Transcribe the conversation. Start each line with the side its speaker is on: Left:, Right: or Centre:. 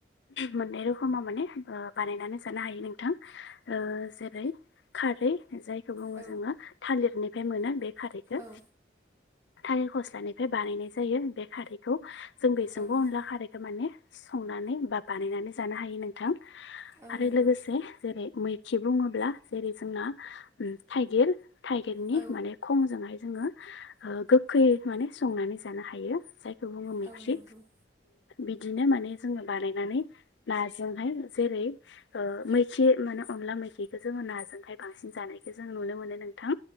Left: माननै रोखोमाव माने बानाय जानो हायो नोंथां जेरै खारै जायखौ बुङो
Right: औ
Left: जोङो थालिरनिफ्राय मोनो बे खारैखौ
Right: औ
Left: थालिर खस्लानिफ्राय बानायनाय जायो बे खारैखौ जों बेजोंबो
Right: औ नंगौ
Left: अनला खारैखौ माने संनानै बा बानायनानै जानो हायो नोंथां
Right: औ
Left: आरो
Right: नंगौ
Left: लोगोसे जेरै मै बुङोब्ला जेरै जोंना थाइगिर थाइगिरनि
Right: औ
Left: माने खंजोंहाय जोङो ओ गोग्खै माने संनानै जानो हायो। जाय खौ बुङो मिख्रि
Right: औ नंगौ
Left: बिदिनो माने जोङो बानायनानै नाजोंहाय जेरै ओ मैखि माने अनला मैखिखो जोङो नाजोंहाय बांसिन जानायखौ जों नुनो मोनो नोंथां।